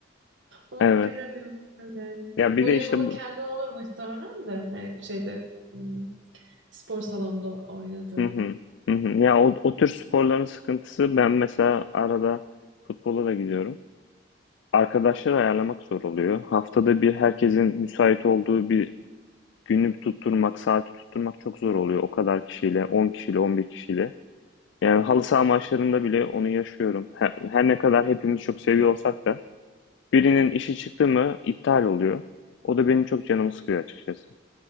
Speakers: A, on the right; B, on the left.
A: mu onu
B: Evet.
A: bilemiyorum yani.
B: Ya bir
A: Voleybolun
B: de işte bu.
A: kendi olur muhtemelen de. Hani şeyde hmm, spor salonunda oynadığın.
B: Hı hı. Hı hı. Ya o, o tür sporların sıkıntısı ben mesela arada futbola da gidiyorum. Arkadaşları ayarlamak zor oluyor. Haftada bir herkesin müsait olduğu bir günü tutturmak, saati tutturmak çok zor oluyor. O kadar kişiyle, 10 kişiyle, 11 kişiyle. Yani halı saha maçlarında bile onu yaşıyorum. Her, her ne kadar hepimiz çok seviyor olsak da birinin işi çıktı mı iptal oluyor. O da benim çok canımı sıkıyor açıkçası.